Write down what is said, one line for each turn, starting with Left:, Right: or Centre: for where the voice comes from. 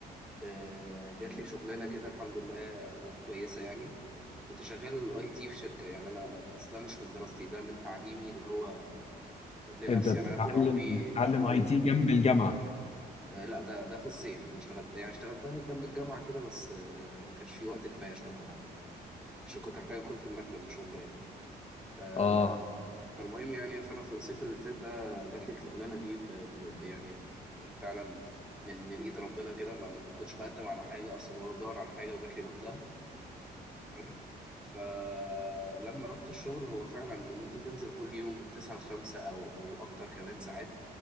Centre: آه، جات لي شغلانه كده الحمد لله كانت كويسه يعني كنت شغال اي تي في شركه يعني انا بس ده مش من دراستي ده من تعليمي اللي هو لنفسي
Left: انت بتتعلم
Centre: يعني انا طول عمري
Left: بتتعلم
Centre: بهوى
Left: اي
Centre: ال-
Left: تي
Centre: ال-
Left: جنب الجامعه
Centre: آه، لا ده ده في الصيف ما اشتغلت يعني اشتغلتها جنب الجامعه كده بس آه، ما كانش في وقت كفايه اشتغلها عشان كنت احتاج اكون في المكتب مش اونلاين آه،
Left: اه
Centre: فالمهم يعني فانا في الصيف اللي فات ده جات لي الشغلانه دي ب... ب... ب- يعني فعلا من من ايد ربنا كده ما... ما كنتش بقدم على حاجه اصلا ولا بدور على حاجه وجات لي لوحدها حلو فلما رحت الشغل هو فعلا ان انت تنزل كل يوم من 9 ل 5 او او اكتر كمان ساعات